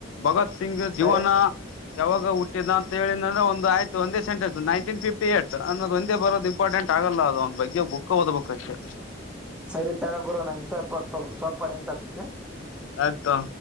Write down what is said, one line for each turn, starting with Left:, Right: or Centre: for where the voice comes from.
Left: ಭಗತ್ ಸಿಂಗ್ ಜೀವನ
Centre: ಸರೆ
Left: ಯಾವಾಗ ಹುಟ್ಟಿದ ಅಂತ ಹೇಳಿದ ಅಂದ್ರ ಒಂದ ಆಯ್ತು ಒಂದೇ ಸೆಟೆನ್ಸ ನೈನಟೀನ್ ಫಿಫಿಟ ಏಟ್ ಅನ್ನದ ಒಂದೇ ಬರೋ ಇಪ್ಟೆಂಟ್ ಆಗಲ್ಲ ಅದು ಅವನ್ ಬಗ್ಗೆ ಬುಕ್ ಓದ್ಬೇಕ್ ಅಷ್ಟೇ
Centre: ಸರಿ ತಗ ಗುರು ನನ್ ಸ್ವಲ್ಪ ಸ್ವಲ್ಪ ಸ್ವಲ್ಪ ನಿಂತ ಹಚ್ಚತಿನ
Left: ಆಯ್ತು